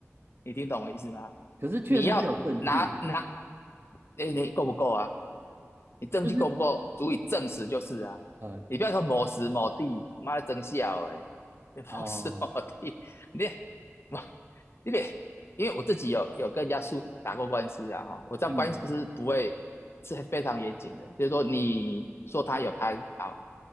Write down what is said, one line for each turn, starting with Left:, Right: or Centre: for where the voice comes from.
Left: 你听懂我意思吗？
Right: 可是确实是有证据的，
Left: 你要拿拿，你你够不够啊？你证据够不够足以证实就是啊。
Right: 就是呃，
Left: 你不要说某时某地，妈的真笑哎、你某时某地，
Right: 哦，
Left: 你我你别，因为我自己有有跟人家诉打过官司啊哈，我知道官司是不会是非常严谨的，
Right: 嗯
Left: 就是说你说他有贪好，